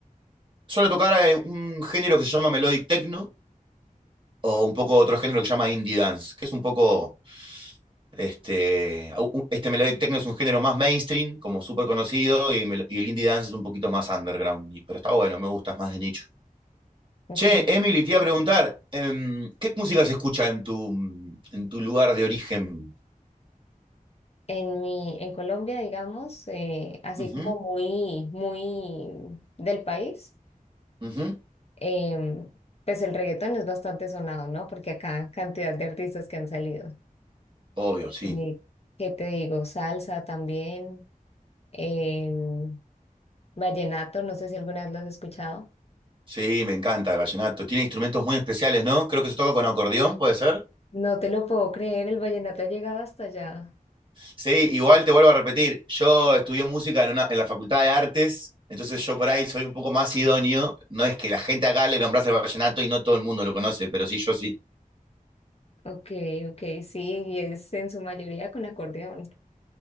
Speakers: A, on the right; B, on the left.
A: Suelo tocar eh, un género que se llama melodic techno o un poco otro género que se llama indie dance, que es un poco este u- este melodic techno es un género más mainstream, como súper conocido y, mel- y el indie dance es un poquito más underground, y- pero está bueno, me gusta, es más de nicho.
B: Ok.
A: Che, Emily, te iba a preguntar, em, ¿qué música se escucha en tu en tu lugar de origen?
B: En mi, en Colombia, digamos, eh, así
A: Ujú,
B: como muy, muy del país,
A: ujú.
B: em, pues el reggaetón es bastante sonado, ¿no? Porque acá cantidad de artistas que han salido.
A: Obvio,
B: Eh,
A: sí.
B: ¿qué te digo? Salsa también, em, vallenato, no sé si alguna vez lo has escuchado.
A: Sí, me encanta el vallenato. Tiene instrumentos muy especiales, ¿no? Creo que se toca con acordeón, ¿puede ser?
B: No te lo puedo creer, el vallenato ha llegado hasta allá.
A: Sí, igual te vuelvo a repetir, yo estudié música en, una- en la Facultad de Artes, entonces yo por ahí soy un poco más idóneo. No es que la gente acá le nombrase el vallenato y no todo el mundo lo conoce, pero sí, yo sí.
B: Ok, ok, sí, y es en su mayoría con acordeón.